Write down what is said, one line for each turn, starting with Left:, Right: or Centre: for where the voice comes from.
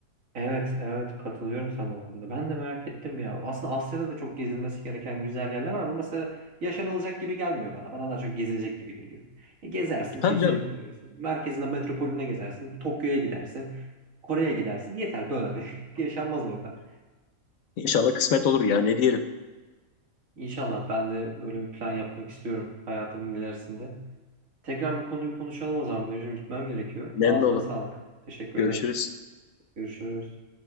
Right: Evet, evet katılıyorum sana o konuda. Ben de merak ettim ya. Aslında Asya'da da çok gezilmesi gereken güzel yerler var ama mesela yaşanılacak gibi gelmiyor bana. Bana daha çok gezilecek gibi geliyor. E, gezersin,
Left: E, tabii
Right: Çin Seddi'ni
Left: canım.
Right: görürsün. Merkezinde metropolüne gezersin. Tokyo'ya gidersin. Kore'ye gidersin. Yeter dön hadi. <laughs> Yaşanmaz orada.
Left: İnşallah kısmet olur ya. Ne diyelim?
Right: İnşallah ben de böyle bir plan yapmak istiyorum hayatımın ilerisinde. Tekrar bu konuyu konuşalım o zaman. Benim şimdi gitmem gerekiyor.
Left: Memnun
Right: Ağzına
Left: olur.
Right: sağlık. Teşekkür
Left: Görüşürüz.
Right: ederim. Görüşürüz.